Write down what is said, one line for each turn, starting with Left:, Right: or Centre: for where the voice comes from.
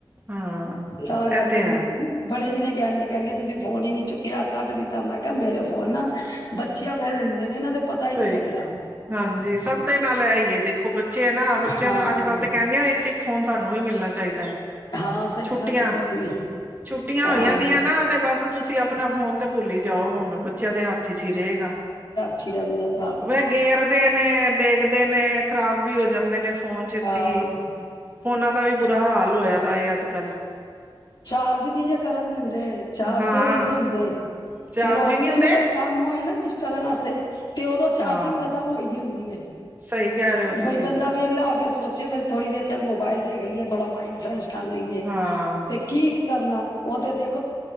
Right: ਹਾਂ
Left: ਤਾਂ ਕਰਕੇ
Right: ਇਹ ਤੇ
Left: ਬਈ।
Right: ਹੈ
Left: ਬੜੇ ਜਣੇ ਕਹਿਣਗੇ ਕਹਿਣਗੇ ਤੁਸੀਂ ਫੋਨ ਹੀ ਨੀ ਚੁੱਕਿਆ ਕੱਟ ਦਿੱਤਾ ਮੈਂ ਕਿਹਾ ਮੇਰੇ ਫੋਨ ਨਾ। ਬੱਚੀਆਂ ਕੋਲ ਹੁੰਦੇ ਨੇ ਇਹਨਾਂ ਦੇ ਪਤਾ
Right: ਸਹੀ
Left: ਹੀ ਨਹੀਂ ਲੱਗਦਾ
Right: ਹਾਂਜੀ ਸਭ ਦੇ ਨਾਲ ਹੈ ਹੀ ਏ ਦੇਖੋ ਬੱਚੇ ਨਾ ਬੱਚਿਆਂ
Left: ਹਾਂ
Right: ਨੂੰ ਅੱਜ ਕੱਲ੍ਹ ਤਾਂ ਕਹਿਣਗੇ ਇਕ- ਇਕ ਫੋਨ ਸਾਨੂੰ ਵੀ ਮਿਲਣਾ ਚਾਹੀਦਾ ਹੈ।
Left: ਹਾਂ ਸਹੀ
Right: ਛੁੱਟੀਆਂ-
Left: ਗੱਲ ਹੈ ਤੁਹਾਡੀ
Right: ਛੁੱਟੀਆਂ
Left: ਹਾਂ
Right: ਹੋਈਆਂਦੀਆਂ ਨਾ ਤੇ ਬਸ ਤੁਸੀ ਆਪ ਆਪਣਾ ਫੋਨ ਤੇ ਭੁੱਲ ਹੀ ਜਾਓ ਹੁਣ ਬੱਚਿਆਂ ਦੇ ਹੱਥ 'ਚ ਹੀ ਰਹੇਗਾ।
Left: ਚੀੰ ਦਾਤ <unintelligible>
Right: ਵ ਗੇਰਦੇ ਨੇ ਡੇਗਦੇ ਨੇ ਖਰਾਬ ਵੀ ਹੋ ਜਾਂਦੇ ਨੇ ਫੋਨ ਛੇਤੀ
Left: ਹਾਂ
Right: ਫੋਨਾ ਦਾ ਵੀ ਬੁਰਾ ਹਾਲ ਹੋਇਆ ਤਾ ਇਹ ਅੱਜ ਕੱਲ
Left: ਚਾਰਜ ਨੀ ਜੇ ਕਰਨ ਦਿੰਦੇ, ਚਾਰਜ
Right: ਹਾਂ
Left: ਹੀ ਨਹੀ ਹੁੰਦੇ।
Right: ਚਾਰਜ
Left: ਜਦੋਂ ਆਪਣੇ
Right: ਹੀ ਨਹੀਂ ਹੁੰਦੇ
Left: ਨੂੰ ਕੋਈ ਕੰਮ ਹੋਏ ਨਾ, ਕੁੱਛ ਕਰਨ ਵਾਸਤੇ ਤੇ ਉਦੋ ਚਾਰਜਿੰਗ
Right: ਹਾਂ
Left: ਖਤਮ ਹੋਏ ਦੀ ਹੁੰਦੀ ਹੈ।
Right: ਸਹੀ ਕਹਿ ਰਹੇ ਹੋ ਤੁਸੀਂ
Left: ਬਈ ਬੰਦਾ ਵੇਲਾ ਹੋ ਕੇ ਸੋਚੇ ਬ ਥੋੜੀ ਦੇਰ ਚੱਲ ਮੋਬਾਇਲ ਦੇਖ ਲਈਏ, ਥੋੜਾ ਮਾਈਡ ਫਰੈਸ਼ ਕਰ ਲਈਏ
Right: ਹਾਂ।
Left: ਤੇ ਕੀ, ਇੱਕ ਕਰਨਾ ਉਹਥ ਦੇਖ